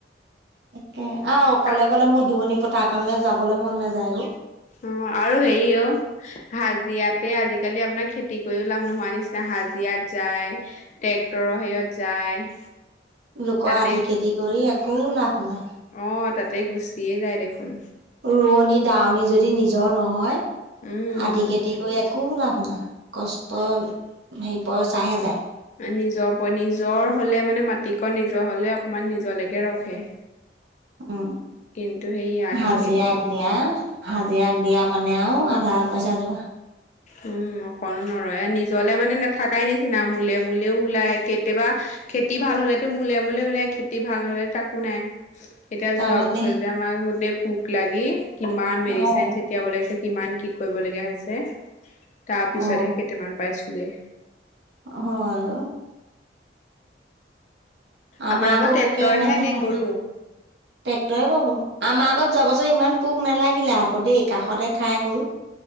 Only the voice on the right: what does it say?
একে আহ অকলে
অকলে মোৰ দোৱণি পথাৰ কাৰণলৈ যাবলৈ মন নাযায়ও।
লোকৰ
আধি খেতি কৰি একো লাভ নাই।
ৰোৱনী দাৱনী যদি নিজৰ নহয়
আধি খেতি কৰি একো একো লাভ নাই। কষ্ট হেৰি পইচাহে যায়।
উম
হাজিৰাক
দিয়া হাজিৰাাক দিয়া মানে। মানে আ আধা পইচা যোৱা।
তাৰ
কাৰণে
অ
অ
হয়। আমা
পোকে ইমান নাখালে।
টেক্টৰে পাব। আমাৰ আগত যোবছৰ ইমান পোক নালাগিলে আকৌ দেই কাষতে খাই গ'ল।